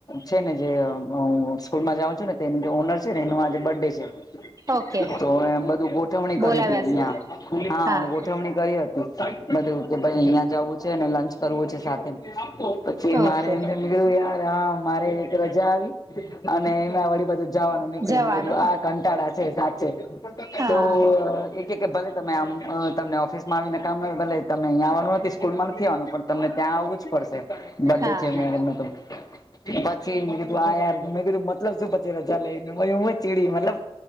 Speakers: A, on the left; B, on the right.
A: છે ને જે હ સ્કૂલમાં જાઉં છું ને તેની ઓનર છે ને એનું આજે બર્થ ડે છે
B: ઓકે
A: તો એ બધું ગોઠવણી
B: બોલાવ્યા
A: કરી હતી
B: છે
A: હાો
B: હા
A: ઉજવણી કરી હતી બધું કે ભાઈ અહિયાંયા જવું છે અનેને લંચ કરવું છે સાથે પછી
B: ઓકે
A: મારે એમ ધું યાર હા મારે એક રજા આવી અને એ વળી બધ જવાનું નીકળીું
B: જવાનો
A: આ કંટાળા છે સાચે
B: હા
A: તો કે ભલે તમે આમ તમને ઓફિસ માં આવીને કામ ભલે તમે અહીં આવવાનું નથી સ્કૂલ માં નથીવાનું પણ તમને ત્યાં આવવું જ પડશે બર્
B: હા
A: ડે છે મેરેજ તો પછીધું આાર મેં કીધું મતલબ શું પે ચલે હું ચીડી મતલબ